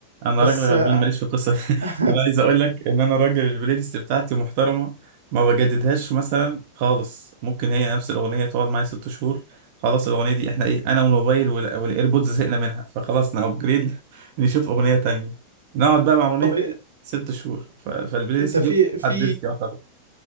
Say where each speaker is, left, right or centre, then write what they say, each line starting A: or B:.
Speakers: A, on the right; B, on the right.
A: انا
B: بس
A: راجل غلبان
B: آه،
A: ماليش في القصه دي <laughs>
B: <laughs>
A: انا عايز اقول لك ان انا راجل البلاي ليست بتاعتي محترمه ما بجددهاش مثلا خالص ممكن هي نفس الاغنيه تقعد معايا ست شهور خلاص الاغنيه دي احنا ايه انا والموبايل وال- والايربودز زهقنا منها فخلاص نابجريد <laughs> نشوف اغنيه تانية نقعد بقى مع اغنيه
B: طب
A: تانية
B: إيه-
A: ست شهور ف- فالبلاي
B: انت
A: ليست
B: في
A: دي ما بتتحدثش
B: في
A: يعتبر